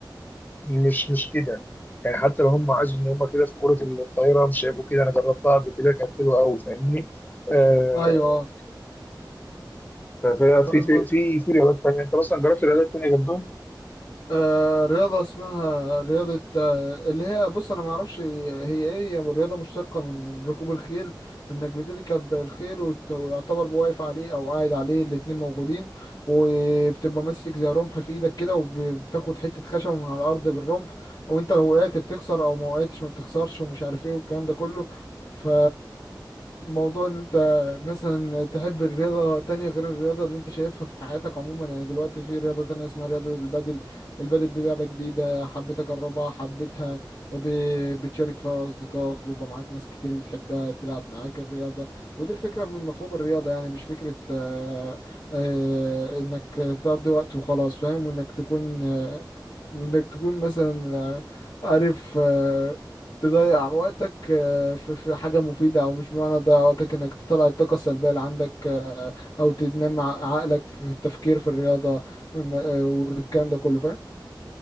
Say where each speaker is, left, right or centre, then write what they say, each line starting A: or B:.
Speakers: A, on the left; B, on the left.
A: مش مش كده يعني حتى لو هم عايزوا ان هم كده في كرة الطايرة مش هيبقوا كده انا جربتها قبل كده كانت حلوة قوي فاهمني آه،
B: ايوه
A: ف- ف-
B: فالم-
A: في في في في رياضات تانية انت مثلا جربت رياضات تانية جنبهم
B: آه رياضة اسمها رياضة آه اللي هي بص أنا معرفش هي هي إيه هي رياضة مشتقة من ركوب الخيل إنك بتركب الخيل وت- ويعتبر واقف عليه أو قاعد عليه الاتنين موجودين وبتبقى ماسك زي رمح في إيدك كده وبتاخد حتة خشب من على الأرض بالرمح وأنت لو وقعت بتخسر أو ما وقعتش ما بتخسرش ومش عارف إيه والكلام ده كله ف موضوع ان انت مثلا تحب الرياضة تانية غير الرياضة اللي انت شايفها في حياتك عموما يعني دلوقتي في رياضة تانية اسمها رياضة البادل البادل دي لعبة جديدة حبيت أجربها حبيتها ب... بتشارك فيها أصدقائك بيبقى معاك ناس كتير بتحبها تلعب معاك الرياضة ودي الفكرة من مفهوم الرياضة يعني مش فكرة آه، آه، إنك تقضي وقت وخلاص فاهم وإنك تكون آه، وإنك تكون مثلا آه، عارف آه، تضيع وقتك آه، في في حاجة مفيدة أو مش بمعنى تضيع وقتك إنك تطلع الطاقة السلبية اللي عندك آه، أو تنمي ع- عقلك في التفكير في الرياضة م- آه، والكلام ده كله فاهم